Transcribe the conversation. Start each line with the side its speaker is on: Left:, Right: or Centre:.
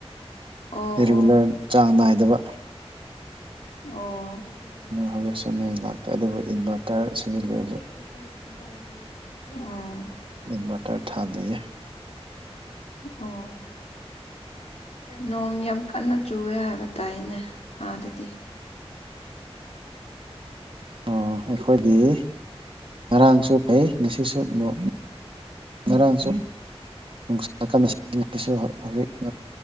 Left: ꯑꯣ
Right: ꯔꯤꯒꯨꯂꯔ
Left: ꯑꯣ
Right: ꯆꯥꯡ ꯅꯥꯏꯗꯕ꯫
Left: ꯑꯣ꯫ ꯎꯝ
Right: ꯍꯧꯖꯤꯛꯁꯨ ꯃꯩ ꯂꯥꯛꯇꯦ ꯑꯗꯨꯕꯨ ꯏꯟꯚꯔꯇꯔ ꯁꯤꯖꯤꯜꯂꯤ ꯍꯧꯖꯤꯛ꯫
Left: <unintelligible> ꯎꯝ꯫
Right: ꯏꯟꯚꯇꯔ ꯊꯥꯜꯂꯤꯌꯦ꯫
Left: ꯑꯣ꯫ ꯅꯣꯡ ꯌꯥꯝ ꯀꯟꯅ ꯆꯨꯋꯦ ꯍꯥꯏꯕ ꯇꯥꯏꯅꯦ꯫ ꯑꯥ ꯑꯗꯨꯗꯤ꯫
Right: ꯑꯣ ꯑꯩꯈꯣꯏꯗꯤ ꯉꯔꯥꯡꯁꯨ ꯐꯩ꯫ ꯉꯁꯤꯁꯨ ꯅꯣꯡ <unintelligible> ꯉꯔꯥꯡꯁꯨ ꯅꯨꯡꯁꯥ ꯀꯟꯅꯁꯨ ꯍꯧꯖꯤꯛ